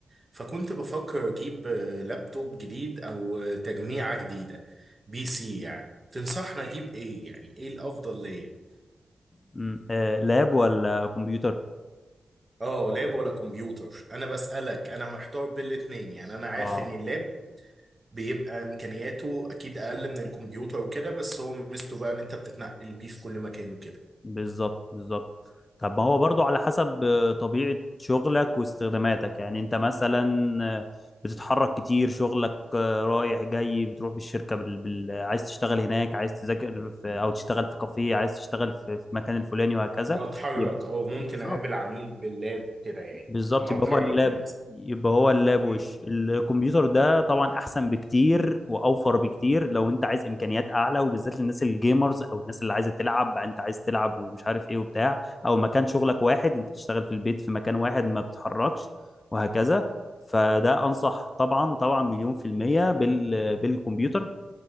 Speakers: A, on the right; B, on the left.
A: فكنت بفكر اجيب آه، لابتوب جديد او آه، تجميعه جديده بي سي يعني تنصحنا اجيب ايه يعني ايه الافضل ليا
B: مم. آه، لاب ولا كمبيوتر
A: اه لاب ولا كمبيوتر انا بسالك انا محتار بين الاتنين يعني انا عارف
B: اه
A: ان اللاب بيبقى امكانياته اكيد اقل من الكمبيوتر وكده بس هو ميزته بقى ان انت بتتنقل بيه في كل مكان وكده
B: بالظبط بالظبط طب ما هو برضو على حسب آه، طبيعة شغلك واستخداماتك يعني انت مثلا آه، بتتحرك كتير شغلك آه، رايح جاي بتروح بالشركة بال... بال... عايز تشتغل هناك عايز تذاكر في... او تشتغل في كافيه عايز تشتغل في في المكان الفلاني وهكذا
A: بتحرك
B: يبقى
A: او ممكن
B: بالظبط
A: اقابل عميل باللاب كده يعني
B: بالظبط
A: بتحرك
B: يبقى هو اللاب
A: للاسف
B: يبقى هو اللاب وش
A: مم.
B: الكمبيوتر ده طبعا احسن بكتير واوفر بكتير لو انت عايز امكانيات اعلى وبالذات للناس الجيمرز او الناس اللي عايزه تلعب انت عايز تلعب ومش عارف ايه وبتاع او مكان شغلك واحد انت بتشتغل في البيت في مكان واحد ما بتتحركش وهكذا فده انصح طبعا طبعا مليون في المية بال بالكمبيوتر